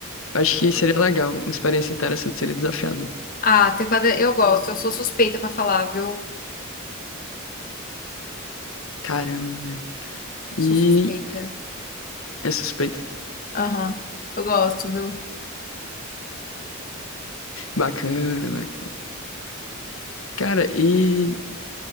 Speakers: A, on the left (about 75°); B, on the left (about 40°).
A: Acho que seria legal, uma experiência interessante, seria desafiador.
B: Ah, teclado é, eu gosto. Eu sou suspeita pra falar, viu?
A: Caramba, velho.
B: Sou
A: E
B: suspeita.
A: é suspeito.
B: Aham. Eu gosto, viu?
A: Bacana, bacana. Cara, e